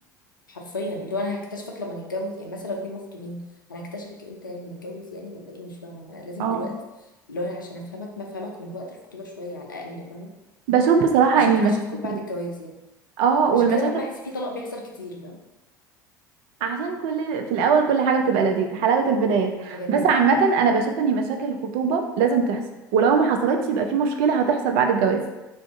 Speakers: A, on the left (about 80°); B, on the right (about 55°).
A: حرفيا اللي هو انا هكتشفك لما نتجوز يعني مثلا لو اتنين مخطوبين انا هكتشفك امتى يعني لما نتجوز يعني ولا ايه مش فاهمه انا لازم
B: اه
A: دلوقتي اللي هو أنا عشان افهمك ما افهمك من وقت الخطوبه شويه على الاقل فاهم
B: بشوف بصراحه
A: مش
B: يعني
A: هكتشف
B: المشاكل
A: كل بعد الجواز يعني
B: اه والمشاكل
A: عشان كده بحس في طلاق بيحصل كتير بقى.
B: عشان كل في الاول كل حاجه بتبقى لذيذه حلاوه البدايات
A: بجد
B: بس عامه انا بشوف ان مشاكل الخطوبه لازم تحصل ولو ما حصلتش يبقى في مشكله هتحصل بعد الجواز